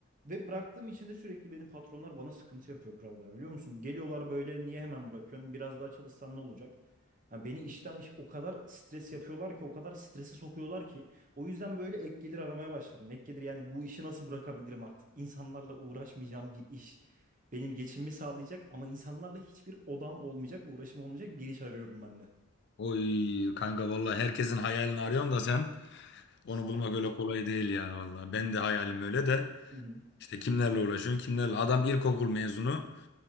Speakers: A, on the right; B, on the left.
A: Ve bıraktığım için de sürekli benim patronlar bana sıkıntı yapıyor kral ya biliyor musun? Geliyorlar böyle niye hemen bırakıyorsun? Biraz daha çalışsan ne olacak? Ya beni işten iş- o kadar stres yapıyorlar ki o kadar strese sokuyorlar ki o yüzden böyle ek gelir aramaya başladım. Ek gelir yani bu işi nasıl bırakabilirim artık? İnsanlarla uğraşmayacağım bir iş. Benim geçimimi sağlayacak ama insanlarla hiçbir odam olmayacak, uğraşım olmayacak bir iş arıyorum ben de.
B: Oy kanka vallahi herkesin hayalini arıyorsun da sen onu
A: İşte.
B: bulmak öyle kolay değil ya vallahi. Ben de hayalim öyle de
A: Hı hı.
B: işte kimlerle uğraşıyorsun kimlerle. Adam ilkokul mezunu.